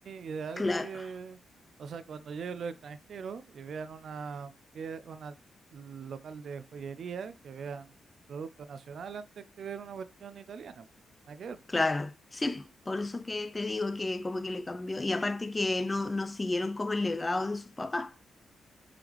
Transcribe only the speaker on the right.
ideal
que, o sea, cuando lleguen los extranjeros y vean una, pie- una local de joyería, que vean producto nacional antes que ver una cuestión italiana. po. Nada que ver,